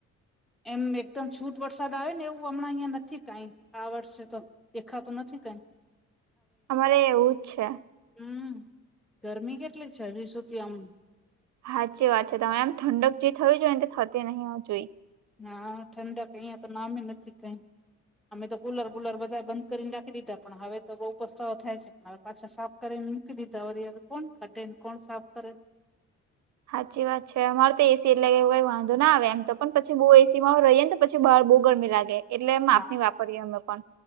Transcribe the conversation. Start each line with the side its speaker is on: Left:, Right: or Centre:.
Centre: એમ એકદમ છૂટ વરસાદ આવે ને એવું હમણાં અહિયાં નથી કઈ આ વર્ષે તો. દેખાત નથી કઈ.
Right: અમારે એવું જ છે.
Centre: હમ્મ ગરમી કેટલી છે હજી સુધી આમ
Right: સાાચી વાત છે તમારે આમ ઠંડક જે થવી જોઈ ને થતી નહીં હ જોઈ
Centre: હા ઠંડ કહી તો નામે નથી કઈ અમે તો કુલર બુલર બધા બંધ કરીને નાખી દીધા પણ હવે તો બઉ ઉપસ્તાવો થાય છે. મા પાછા સાફ કરી ને મૂકી દીધા વર કોણ કઢે ને કોણ સાફ કરે.
Right: સાચી વાત છે અમારે તો એ સી એટલેવ વાંધો ના આવે એમ તો પણ પછી બહુ એ સી રહીએને તો પછી બ બહુ ગરમી લાગે એટલે માપ
Centre: હા
Right: ની વાપરીએ અમે પણ.